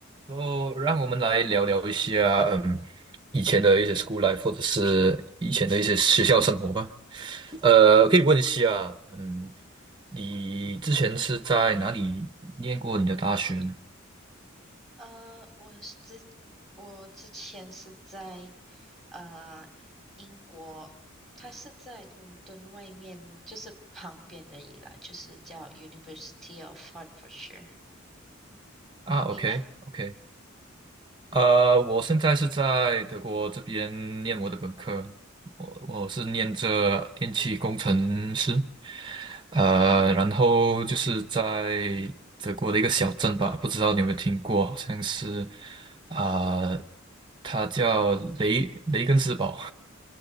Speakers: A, on the right; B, in the centre.
A: 然后，让我们来聊聊一下，嗯，以前的一些 school life，或者是以前的一些学校生活吧。呃，可以问一下，嗯，你之前是在哪里念过你的大学呢？
B: 呃，我是之我之前是在呃英国，它是在伦敦外面，就是旁边而已啦，就是叫 University of h e f o r d s h i r e
A: 啊，OK，OK，
B: 你呢？
A: 呃，我现在是在德国这边念我的本科，我我是念着电气工程师，呃，然后就是在德国的一个小镇吧，不知道你有没有听过，好像是啊、呃它叫雷雷根斯堡，